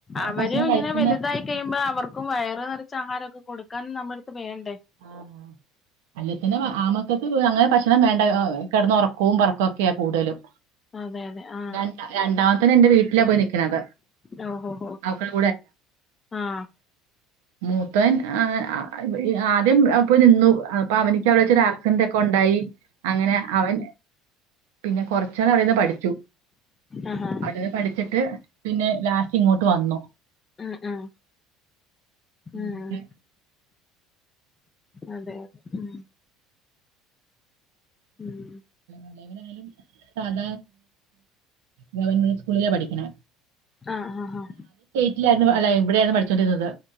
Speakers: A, on the left; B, on the right.
A: അവരും
B: ഭക്ഷണം
A: ഇങ്ങനെ
B: കഴിക്കുന്ന
A: വലുതായി കഴിയുമ്പോ അവർക്കും വയറെ നിറച്ച ആഹാരൊക്കെ കൊടു ക്കാൻ നമ്മടുത്ത് വേണ്ട
B: ആഹ് അല്ലേത്തനെ ആമക്കൾക്ക് അങ്ങനെ ഭക്ഷണം വേണ്ട കിടന്ന് ഉറക്കവും പറക്കവുംക്കെയാ കൂടുതലും
A: അതെ അതെ ആഹ്
B: ര രണ്ടാമത്തെന്ന് എന്റെ വീട്ടിലാ പോയി നിക്കണത്
A: ഓ ഓ ഓ
B: അവക്കടെ
A: ആഹ്
B: മൂത്തൻ ആഹ് ആദ്യം അപ്പൊ നിന്നു അപ്പൊ അവനക്ക് അവിടെവച്ച് ആക്സിഡന്റ് ഒക്കെ ഉണ്ടായി അങ്ങനെ അവൻ
A: <inaudible>
B: പിന്നെ കൊറച്ച് നാൾ അവിടെന്ന് പഠിച്ചു
A: ആഹാ
B: അവിടെന്ന് പഠിച്ചിട്ട് പിന്നെ ലാസ്റ്റ് ഇങ്ങോട്ട് വന്നു
A: ഉം ഉം ഉം
B: പിന്നെ
A: അതെ അതെ ഉം ഉം
B: ഇളയവനായാലും സാധ ഗവൺമെന്റ് സ്കൂളിലാ പഠിക്കണ
A: ആ ആ ഹ
B: ഇല്ലായിരുന്നു അല്ല ഇവിടെയായിരുന്നു പഠിചച്ചോണ്ടിരുന്നത്